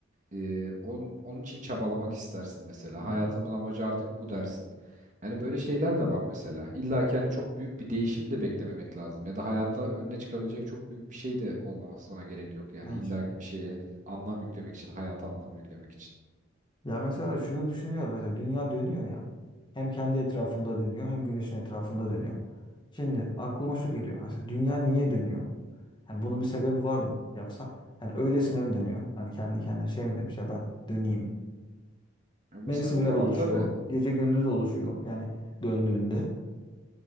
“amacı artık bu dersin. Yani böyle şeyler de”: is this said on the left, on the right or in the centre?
Right